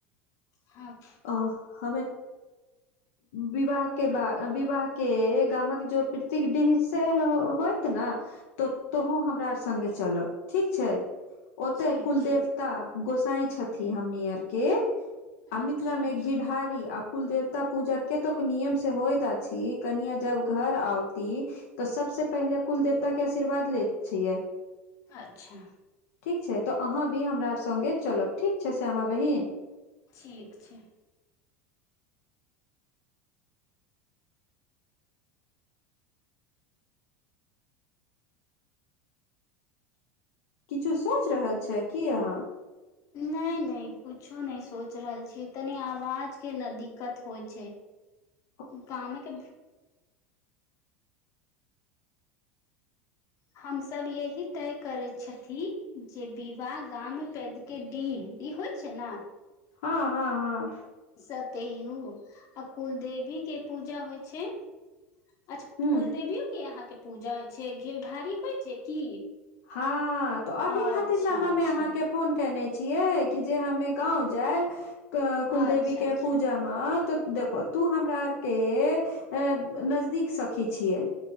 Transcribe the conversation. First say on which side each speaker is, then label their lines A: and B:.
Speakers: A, on the left; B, on the left.
A: हँ
B: अ हमे विवाह के बाद विवाह के गामक जो पित्ति केँ डिह से होयइत न त तोहूँ हमरा आर सङ्गे चलब ठीक छै ओतै
A: ठीक
B: कुल
A: छै
B: देवता गोसाई छथि हमनी आर के आ
A: अच्छा
B: मिथिला मे घिढारी आ कुल देवता पूजा केतेक नियम से होइत अछि कनिया जब घर आऔती तऽ सबसे पहिले कुल देवता के आशीर्वाद लेत छियै
A: अच्छा
B: ठीक छै त अहाँ भी हमरा आर सँगे चलब ठीक छै श्यामा बहिन
A: ठीक छै
B: किछो सोच रहल छियै की अहाँ
A: नय नय कुछो नय सोच रहल छी तनी आवाज के न दिक्कत होइ छै
B: <inaudible>
A: गामे के हम सभ यही तय करै छथि जे विवाह गाम के डीह डीह होइ छै न
B: हँ हँ हँ
A: सतेयू आ कुल देेवी के पूजा होइ छै अच्छा
B: हूँ
A: कुल देेवियो केँ अहाँ के पूजा होइ छै घेउ ढारी होइ छै की
B: हँ तऽ एही
A: अच्छा
B: खातिर ने हमे
A: अच्छा
B: अहाँके फोन केने छियै कि जे हमे गांव जायब तऽ
A: अच्छा
B: कुलदवी केँ
A: अच्छा
B: पूजा मे हंऽ त देखो तू हमरा आर के अ नजदीक सखी छिय